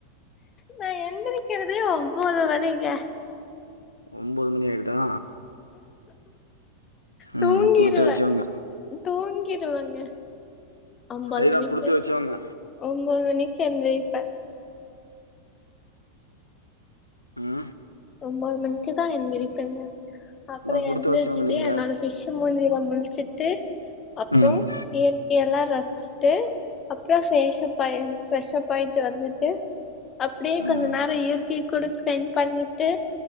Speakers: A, on the left; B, on the left.
A: நா எந்திரிக்கிறதே ஒம்போது மணிங்க
B: ஒம்போது மணி ஆயிடுதா
A: தூங்கிருவே
B: ம் குடுத்து வச்சவங்க
A: தூங்கிருவங்க ஒம்போது
B: அதேதா
A: மணிக்கு
B: குடுத்து வச்சவங்க
A: ஒம்போது மணிக்கு எந்திருப்பே
B: ஆ
A: ஒம்போது மணிக்கு தா எந்திரிப்பேங்க அப்பறொ
B: அதா குடுத்து
A: எந்திரிச்சுட்டு
B: வச்சவங்க நீங்க
A: என்னோட ஃபிஸ் மூன்ஞில முளிச்சுட்டு அப்றோ
B: ம்
A: இயற்கைய எல்லா ரஸ்ச்சுட்டு அப்றோ ஃப்ரேஷ்ப் ஆயி ப்ரெஷ் அப் ஆயிட்டு வந்துட்டு அப்டியே
B: ம்
A: கொஞ்ச நேரொ இயற்கை கூட ஸ்பெண்ட் பண்ணி ட்டு